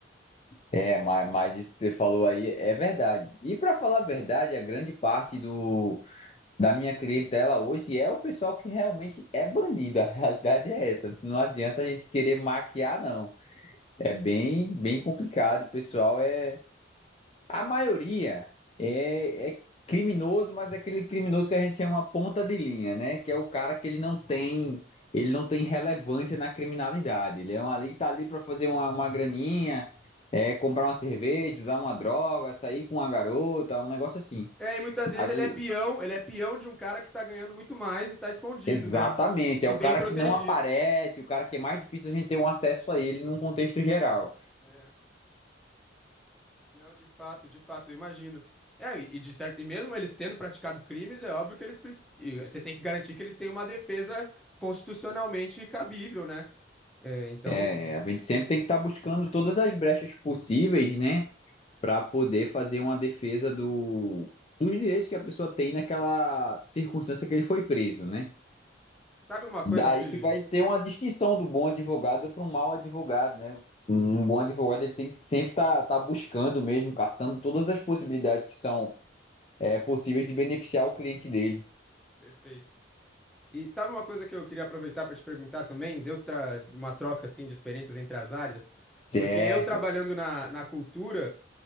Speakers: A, on the left; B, in the centre.
A: É, mas, mas isso que você falou aí é verdade. E para falar a verdade, a grande parte do, da minha clientela hoje é o pessoal que realmente é bandido. A realidade é essa. Não adianta a gente querer maquiar, não. É bem, bem complicado. O pessoal é A maioria é, é criminoso, mas é aquele criminoso que a gente chama ponta de linha, né? Que é o cara que ele não tem, ele não tem relevância na criminalidade. Ele é um ali que tá ali para fazer uma, uma graninha, é, comprar uma cerveja, usar uma droga, sair com uma garota, um negócio assim.
B: É, e muitas vezes
A: Mas
B: ele
A: o-
B: é peão, ele é peão de um cara que tá ganhando muito mais e tá escondido,
A: exatamente,
B: né? E
A: é o
B: bem
A: cara
B: protegido.
A: que não aparece, o cara que é mais difícil a gente ter um acesso a ele num contexto geral.
B: É. Não, de fato, de fato, eu imagino. É, e, e de certo, e mesmo eles tendo praticado crimes, é óbvio que eles preci- e você tem que garantir que eles têm uma defesa constitucionalmente cabível, né? É, então,
A: É, a gente sempre tem que estar buscando todas as brechas possíveis, né? para poder fazer uma defesa do, dos direitos que a pessoa tem naquela circunstância que ele foi preso, né?
B: sabe uma coisa
A: Daí
B: que
A: que vai ter uma distinção do bom advogado para um mau advogado, né? Um bom advogado ele tem que sempre estar tá, tá buscando mesmo, caçando todas as possibilidades que são é, possíveis de beneficiar o cliente dele.
B: Perfeito. E sabe uma coisa que eu queria aproveitar para te perguntar também? Deu tra- uma troca assim de experiências entre as áreas,
A: Certo,
B: porque eu trabalhando na, na cultura